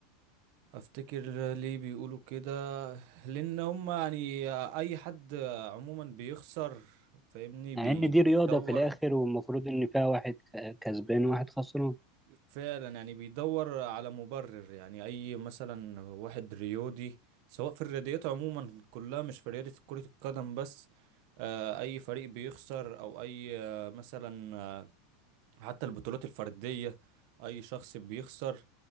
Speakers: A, on the right; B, in the centre.
A: افتكر ليه بيقولوا كده لان هم يعني اي حد عموما بيخسر فاهمني بي-
B: مع ان دي
A: بيدور
B: رياضة في الاخر والمفروض ان فيها واحد ك- كسبان وواحد خسران
A: فعلا يعني بيدور على مبرر يعني اي مثلا واحد رياضي سواء في الرياضيات عموما كلها مش في رياضة كرة القدم بس آه، اي فريق بيخسر او اي آه، مثلا آه، حتى البطولات الفردية اي شخص بيخسر